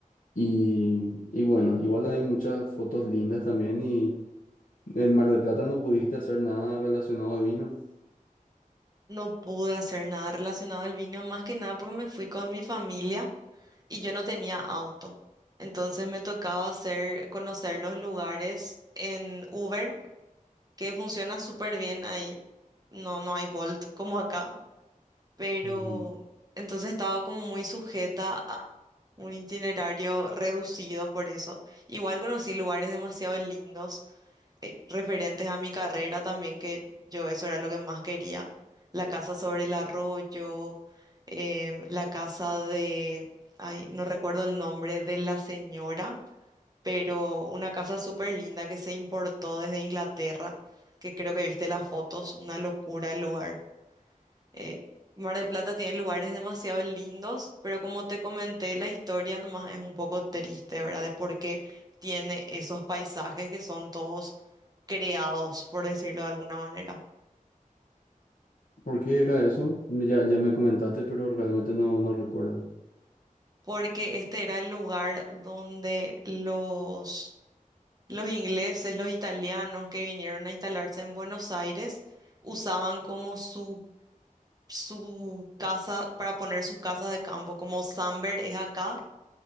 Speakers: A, on the left; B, on the right.
A: Y, y bueno, igual hay muchas fotos lindas también y... En Mar del Plata no pudiste hacer nada relacionado al vino.
B: No pude hacer nada relacionado al vino, más que nada porque me fui con mi familia. y yo no tenía auto. Entonces me tocaba hacer, conocer los lugares en Uber, que funciona súper bien ahí. No, no hay Bolt como acá, pero
A: Ujú.
B: entonces estaba como muy sujeta a un itinerario reducido por eso. Igual conocí lugares demasiado lindos eh, referentes a mi carrera también, que yo eso era lo que más quería. La casa sobre el arroyo, em, la casa de, ay, no recuerdo el nombre de la señora, pero una casa súper linda que se importó desde Inglaterra, que creo que viste las fotos, una locura el lugar. Eh, Mar del Plata tiene lugares demasiado lindos, pero como te comenté, la historia nomás es un poco triste, ¿verdad? De por qué tiene esos paisajes que son todos creados, por decirlo de alguna manera.
A: ¿Por qué era eso? Ya, ya me comentaste, pero realmente no, no recuerdo.
B: Porque este era el lugar donde los, los ingleses, los italianos que vinieron a instalarse en Buenos Aires, usaban como su, su casa para poner sus casas de campo, como Samber es acá,